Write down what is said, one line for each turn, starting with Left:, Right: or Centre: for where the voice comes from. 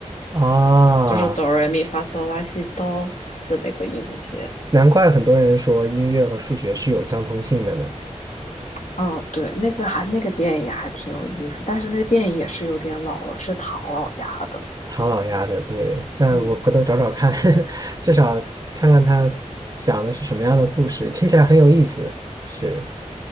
Right: 啊，
Left: 就是哆来咪发嗦拉西哆的那个音阶。
Right: 难怪很多人说音乐和数学是有相通性的呢。
Left: 啊，对，那个还那个电影还挺有意思，但是那个电影也是有点老了，是唐老鸭的，
Right: 唐老鸭的，对，那我回头找找看，
Left: 嗯。
Right: <laughs> 至少看看他讲的是什么样的故事，听起来很有意思，是。